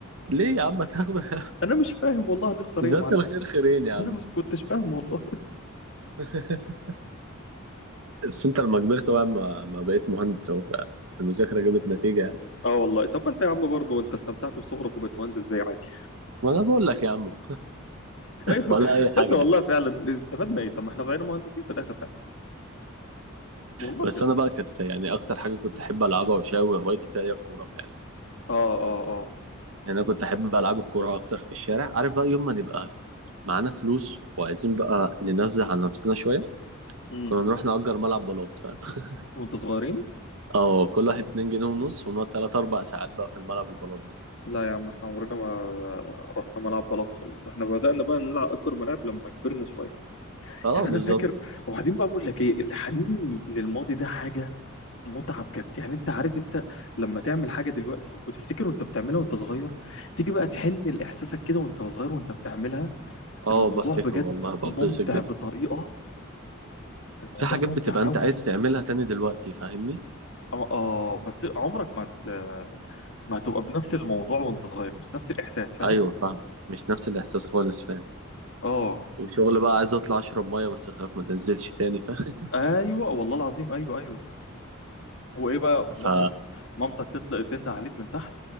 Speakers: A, on the right (about 75°); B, on the left (about 65°).
A: ليه يا عم هتاخد <laughs>
B: انا مش فاهم والله هنخسر
A: جزاك
B: ايه يا معلم
A: الخير خيرين يا
B: <laughs>
A: عم
B: انا مش كنتش فاهم والله
A: <laughs> بس انت لما كبرت بقى ما, ما بقيت مهندس اهو فالمذاكره جابت نتيجه يعني
B: <laughs> اه والله طب ما انت يا عم برضه انت استمتعت بصغرك وبقيت مهندس زي عادي
A: ما انا بقول لك يا عم <laughs>
B: <laughs> ايوه
A: ولا اي
B: تصدق
A: حاجه
B: والله
A: يعني
B: فعلا استفدنا ايه طب ما احنا بقينا مهندسين في الاخر فعلا والله
A: بس
B: بجد
A: انا بقى كنت يعني اكتر حاجه كنت احب العبها وشاوي هوايتي فيها هي الكوره فعلا
B: اه اه اه
A: يعني انا كنت احب العب الكوره اكتر في الشارع عارف بقى يوم ما نبقى معانا فلوس وعايزين بقى ننزه عن نفسنا شويه
B: امم
A: كنا نروح نأجر ملعب بلاط فاهم <laughs>
B: وانتوا صغيرين
A: اه كل واحد 2 جنيه ونص ونقعد 3 4 ساعات بقى في الملعب البلاط ده
B: لا يا عم احنا عمرنا ما رحنا ملعب بلد خالص احنا بدأنا بقى نلعب اكبر ملاعب لما كبرنا شويه
A: اه
B: يعني
A: بالظبط
B: انا فاكر وبعدين بقى بقول لك ايه الحنين للماضي ده حاجه متعه بجد يعني انت عارف انت لما تعمل حاجه دلوقتي وتفتكر وانت بتعملها وانت صغير تيجي بقى تحن لاحساسك كده وانت صغير وانت بتعملها
A: اه
B: الموضوع
A: بفتكر
B: بجد
A: والله ببسط
B: ممتع
A: جدا
B: بطريقه الموضوع
A: في حاجات
B: ممتع
A: بتبقى انت
B: قوي
A: عايز تعملها تاني دلوقتي فاهمني
B: أما- اه بس عمرك ما ت... ما هتبقى بنفس الموضوع وانت صغير مش نفس الاحساس فاهم
A: ايوه فاهم مش نفس الاحساس خالص فاهم
B: اه
A: وشغل بقى عايز اطلع اشرب ميه بس اخاف ما تنزلش تاني فاهم
B: ايوه والله العظيم ايوه ايوه وايه بقى
A: <laughs> ف
B: مامتك مامتك تطلق تنده عليك من تحت